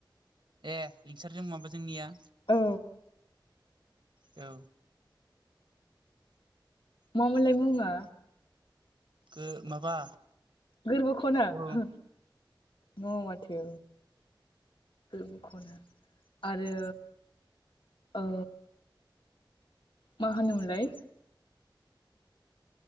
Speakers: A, on the right (about 70°); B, on the left (about 85°).
A: ए लिंसारजों मङाबा जोंनिया
B: औ
A: औ।
B: मा मोनलाय मुङा?
A: गो माबा
B: गोरबो खना
A: औ
B: ओ न' माथो गोरबो खना आरो ओ मा होनोमलाय?